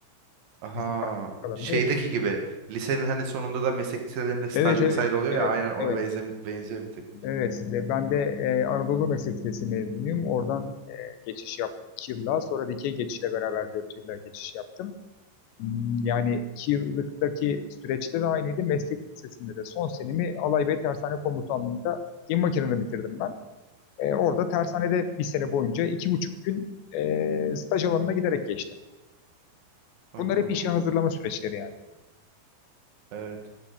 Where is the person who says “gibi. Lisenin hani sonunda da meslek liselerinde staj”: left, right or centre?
Right